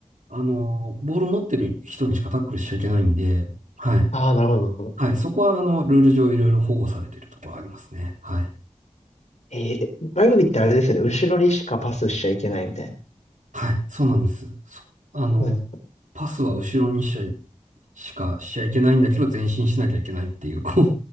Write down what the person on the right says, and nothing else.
あの、ボール持ってる人にしかタックルしちゃいけないんで、はい。
はい。そこは、あの、ルール上いろいろ保護されてるところありますね。はい。
はい、そうなんです。そあの、
パスは後ろにしちゃい、しかしちゃいけないんだけど、前進しなきゃいけないっていう、<laughs> こう、